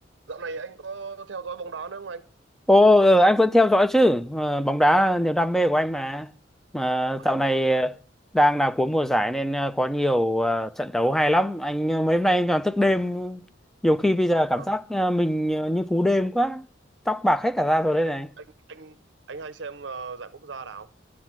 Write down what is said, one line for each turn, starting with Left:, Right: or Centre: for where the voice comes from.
Right: Dạo này anh có theo dõi bóng đá nữa không anh?
Centre: Ồ, ờ, anh vẫn theo dõi chứ. Ờ, bóng đá niềm đam mê của anh mà. Mà
Right: Uầy,
Centre: dạo này
Right: nhưng
Centre: ờ, đang là cuối mùa giải nên ờ, có nhiều ờ, trận đấu hay lắm. Anh ờ, mấy hôm nay anh toàn thức đêm. Nhiều khi bây giờ cảm
Right: Vâng.
Centre: giác ờ, mình ờ, như phú đêm quá. Tóc bạc hết cả ra
Right: Thế
Centre: rồi
Right: thì
Centre: đây
Right: anh
Centre: này.
Right: anh anh anh hay xem ờ, giải quốc gia nào?